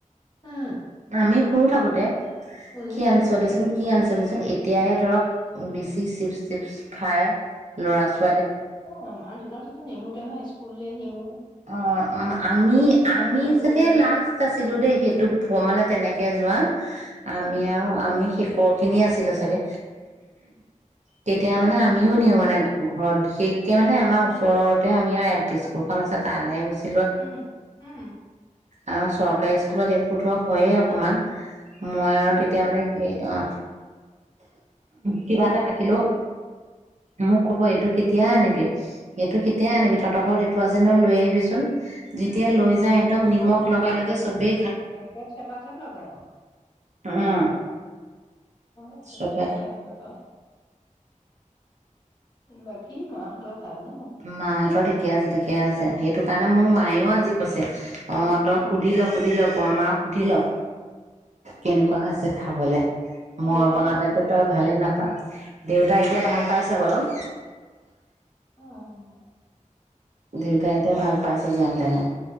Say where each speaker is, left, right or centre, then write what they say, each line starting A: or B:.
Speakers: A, on the left (about 35°); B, on the right (about 60°).
A: উম
B: আমি সৰু থাকোতে
A: বুজিছো
B: কি আনিছ দেচোন কি আনিছ এতিয়াহে বেছি ছিফটিফ খায় ল'ৰা ছো
A: অ', আমাৰ দিনত তো নেমুতটেঙা স্কুললে নিওঁ
B: অ অ আমি আমি
A: বগৰী
B: চাগে লাষ্ট আছিলো দেই এটুপ মই মানে তেনেকে যোৱা আমি
A: উম
B: আৰু আমি শেষ খহ খিনিই আছিলে চাগে তেতিয়া মানে আমিও নিওঁ মানে ঘৰত বিশেষকে মানে আমাৰ ওচৰতে আমি আৰু এল পি স্কুলখন আছে তালে গোছে
A: উহ উহ
B: আৰু চৰকাৰী স্কুলত এইবোৰ ধৰক হয়ে অকমান মই আৰু
A: হয়
B: তেতিয়া
A: হয়
B: মানে
A: হয়
B: কি অ কিবা এটা থাকিলো মোক কব এইটো কেতিয়া আনিবি এইটো কেতিয়া আনিবি তহঁতৰ ঘৰত এইটো আছে নে লৈ আহিবিচোন যেতিয়া লৈ যা একদম নিমখ লগাই লগাই চ বে
A: একে থেপা থেপ লগাই আৰু
B: উম
A: হয় সেইটো
B: চবে
A: তেনেকুৱাই হয় বাও বাকী মাহঁতৰ ভাল ন
B: মা হতৰ তেতিয়া যে দে ঠিকে আছে সেইটো কাৰণে মোক মায়েও আজি কৈছে অ', তই
A: উম
B: সুধি ল, সুধি ল বৰ মাৰক সুধি ল। কেনেকুৱা হৈছে খাবলে? মই
A: দেউতাৰ
B: বনালেতো
A: গা কেনেকুৱা
B: তই
A: এতিয়া
B: ভালেই নাপাৱ। দেউতাই এতিয়া ভাল পাইছে বাৰু
A: অ'
B: দেউতাই এতিয়া ভাল পাইছে যেনতেনে।